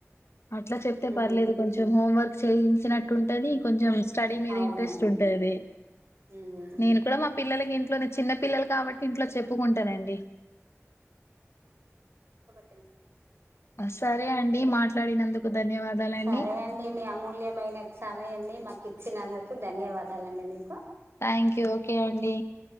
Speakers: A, on the left; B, on the right.
A: అట్లా చెప్తే పర్లేదు
B: ఉమ్
A: కొంచెం హోంవర్క్ చేయించినట్టుంట మేబీ ఉంటది కొంచెం స్టడీ మీద
B: అవునండి
A: ఇంట్రెస్ట్ ఉంటది.
B: ఉమ్
A: నేను కూడా మా పిల్లలకి ఇంట్లోనే చిన్న పిల్లలు కాబట్టి ఇంట్లో చెప్పుకుంటానండి
B: తెల్స్
A: సరే అండి మాట్లాడినందుకు ధన్యవాదాలండి
B: సరే అండి మీ అమూల్యమైన సమయంని మాకు ఇచ్చినందుకు ధన్యవాదాలండి మీకు
A: థ్యాంక్ యూ ఓకే అండి.